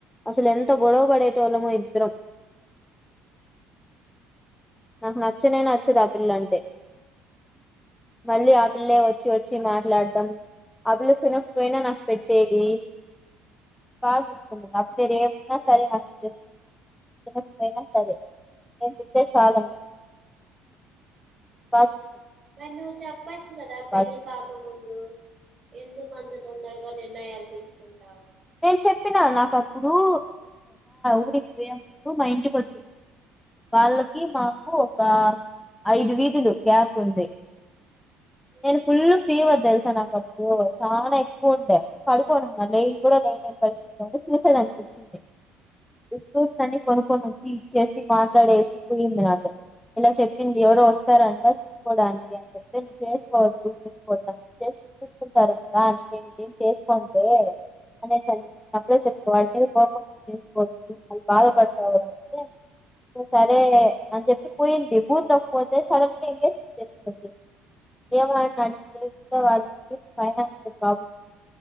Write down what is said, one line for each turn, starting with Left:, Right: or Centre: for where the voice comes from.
Centre: అసలు ఎంత గొడవ పడేటో వాళ్ళమో ఇద్దరం నాకు నచ్చనే నచ్చదు ఆ పిల్ల అంటే మళ్ళీ ఆ పిల్లే వచ్చి వచ్చి మాట్లాడడం ఆ పిల్లు తినకపోయినా నాకు పెట్టేది బాగా చూసుకుంటును అబలు మీర ఏమున్నా సరే నాకు ఇచ్చేస్తుంది తినకపోయినా సరే నేను తింటే చాలన్నా బస్త
Right: మరి నువ్వు చెప్పచ్చు కదా పెళ్లి
Centre: చూసుకున్నాను
Right: కాకముందు ఎందుకు అంత తొందరగా నిర్ణయాలు తీసుకుంట
Centre: నేను చెప్పినాను నాకు ఒకప్పుడుం ఊరికి పోయా ముంటూ మా ఇంటికి వచ్చి వాళ్ళకి మాకు ఒక ఐదు వీధులు గ్యాప్ ఉంది
Right: ఉమ్,
Centre: నేను ఫుల్ ఫీవర్ తె నాకప్పుడు చాలా ఎక్కువ ఉండే కడుకోని ఉన్నా లే కూడా లేని పరిస్థితి చూసేదిాంతక వచ్చింది ఫ్రూట్స్ అని కొనుక్కొని వచ్చి ఇచ్చేసి మాట్లాడేసి పోయింది నాకు ఇలా చెప్పింది ఎవరో వస్తారంట చూసుకోవడానికి అని చెప్తే నువ్వు చేసుకోవద్దు చేసుకోవద్ జస్ట్ చూసుకుంటారంట అందుే న ఏం చేసుకోంటే అనే సరిప్పుడే చెప్పి వాడి మీద కోపం చేసుకోవద్దు వాళ్ళు బాధపడతాారు అంటే సరే అని చెప్పి పోయింది ఊర్లోకి పోతే సడన్ గా ఎంగేజ్మెంట్ చేసుకు వచ్చ ఏమని అడిగితే ఇంకా వాళ్ళకి ఫైనాన్షియల్ ప్రాబ్లమ్